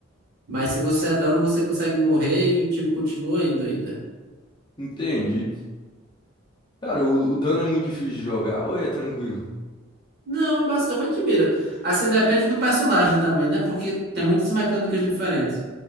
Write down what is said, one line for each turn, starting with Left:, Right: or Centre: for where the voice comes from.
Right: Mas se você é dano, você consegue morrer e o time continua indo ainda.
Left: Entendi. Cara, o, o dano é muito difícil de jogar ou é tranquilo?
Right: Não, é basicamente mira. Assim depende do personagem também, né? Porque tem muitas mecânicas diferentes.